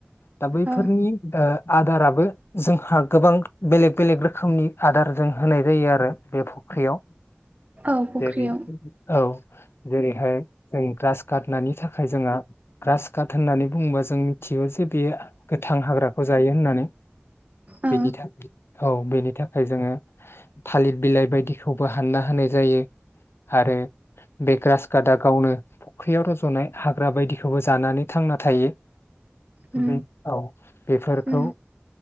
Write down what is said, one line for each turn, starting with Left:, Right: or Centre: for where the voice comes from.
Left: दा बैफोरनि
Right: औ
Left: ओ आदाराबो जोंहा गोबां बेलेग बेलेग रोखोमनि आदार जों होनाय जायो आरो। बे फख्रियाव।
Right: औ फुख्रियाव
Left: जेरै औ जेरैहाय जों ग्रास काट नानि थाखाय जोंहा ग्रास काट होननानै बुङोबा जों मिथिगौ जे बेयो गोथां हाग्राखौ जायो होननानै।
Right: औ
Left: बेनि था औ बेनि थाखाय जोङो थालिर बिलाइ बायदिखौबो हानना होनाय जायो। आरो बे ग्रास काटआ गावनो फख्रियाव र जनाय हाग्रा बायदि खौबो जानानै थांना थायो।
Right: उम
Left: बे औ बेफोरखौ
Right: उम